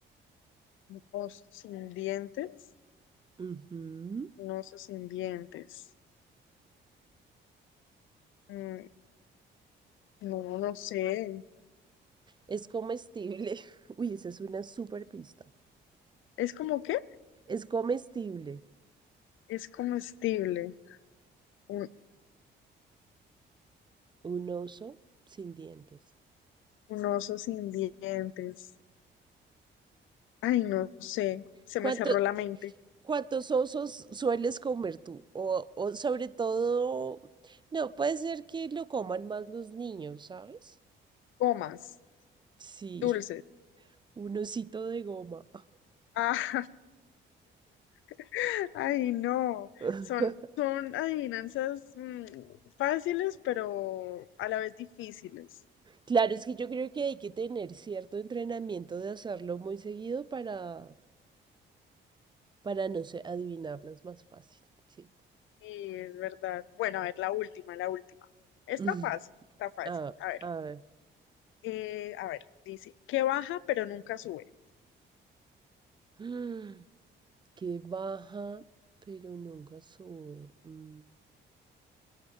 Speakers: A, on the left; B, on the right.
A: Ojos sin dientes.
B: Ujú.
A: Un sin dientes. Mm, no, no sé.
B: Es comestible. <laughs> Uy, esa es una super pista.
A: ¿Es como qué?
B: Es comestible.
A: Es comestible. Un,
B: Un oso sin dientes.
A: un oso sin dientes. Ay, no sé. Se
B: ¿Cuánto,
A: me cerró la mente.
B: ¿Cuántos osos sueles comer tú? O, o sobre todo, no, puede ser que lo coman más los niños, ¿sabes?
A: Comas.
B: Sí,
A: Dulces.
B: <laughs> un osito de goma.
A: Ah, <laughs> ay, no.
B: <laughs>
A: Son, son adivinanzas mm, fáciles, pero a la vez difíciles.
B: Claro, es que yo creo que hay que tener cierto entrenamiento de hacerlo muy seguido para, para no sé, adivinarlas más fácil. Sí.
A: Sí, es verdad. Bueno, a ver, la última, la última. Está
B: <laughs>
A: fácil, está fácil.
B: Ah,
A: A ver.
B: a ver.
A: Eh, a ver, dice, que baja pero nunca sube.
B: <gasps> Que baja, pero nunca sube. Mm,